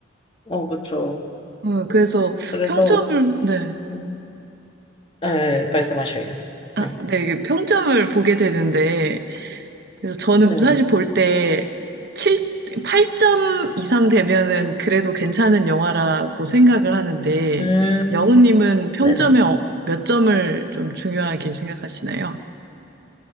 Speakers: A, on the left; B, on the right.
A: 어, 그쵸.
B: 어, 그래서
A: 그래서,
B: 평점을, 네.
A: 음, 네, 말씀하셔요.
B: 아,
A: 네.
B: 네, 이게 평점을 보게 되는데, 그래서 저는
A: 네.
B: 사실 볼 때, 칠 8점 이상 되면은 그래도 괜찮은 영화라고 생각을 하는데,
A: 음,
B: 영우님은 평점에
A: 네네.
B: 어- 몇 점을 좀 중요하게 생각하시나요?